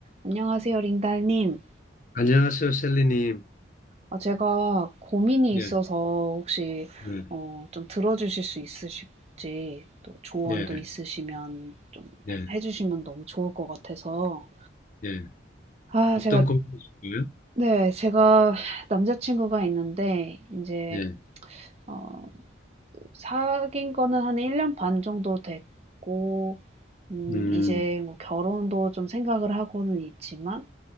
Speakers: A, on the right (about 35°); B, on the left (about 40°).
A: 안녕하세요, 링달님.
B: 안녕하세요, 셀리님.
A: 아, 제가 고민이 있어서
B: 예,
A: 혹시
B: 네,
A: 어, 좀 들어주실 수 있으실지 또 조언도
B: 예,
A: 있으시면 좀
B: 예,
A: 해- 해주시면 너무 좋을 것 같아서.
B: 예.
A: 아,
B: 어떤
A: 제가
B: 고민이신가요?
A: 네, 제가 남자친구가 있는데 이제
B: 예,
A: 어, 사귄 거는 한 1년 반 정도 됐고 음,
B: 음,
A: 이제 뭐 결혼도 좀 생각을 하고는 있지만